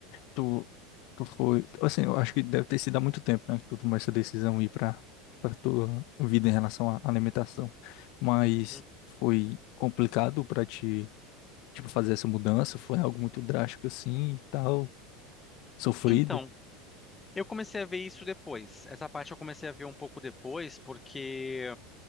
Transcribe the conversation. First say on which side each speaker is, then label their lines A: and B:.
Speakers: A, on the left; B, on the left.
A: tu, tu foi, assim, eu acho que deve ter sido há muito tempo, né, que tu tomou essa decisão aí para para tua vida em relação à alimentação, mas
B: Uhum.
A: foi complicado para ti tipo, fazer essa mudança foi algo muito drástico assim e tal, sofrido.
B: Então, Eu comecei a ver isso depois. Essa parte eu comecei a ver um pouco depois, porque